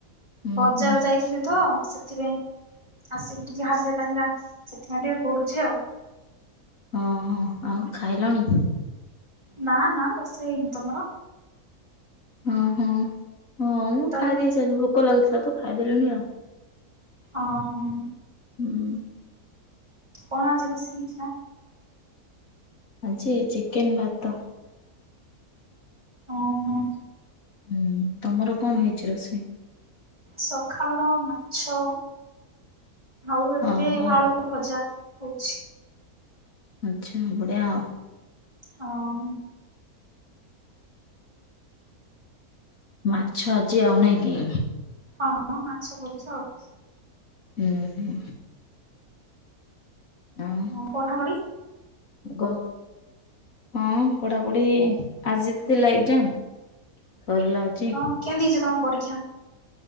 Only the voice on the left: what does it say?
ହୁଁ
ହୁଁ
ଅଁ ହଁ ଆଉ ଖାଇଲଣି?
ଓହୋ ହଁ ମୁଁ
ଖାଇଦେଇଛି ଆଜି ଭୋକ ଲାଗୁଥିଲା ତ ଖାଇଦେଲିଣି ଆଉ।
ହୁଁ।
ଆଜି ଚିକେନ ଭାତ।
ହୁଁ ତମର କଣ ହେଇଛି ରୋଷେଇ?
ଓହୋ
ଆଚ୍ଛା ବଢ଼ିଆଉ।
ମାଛ ଆଜି ଆଉ ନାଇଁ କି?
ଉଁ ହୁଁ। ଆଉ
ଗ ହଁ ପଢ଼ାପଢ଼ି ଆଜି ଥିଲା ଏଗ୍ଜାମ୍ ସରିଲା ଆଜି।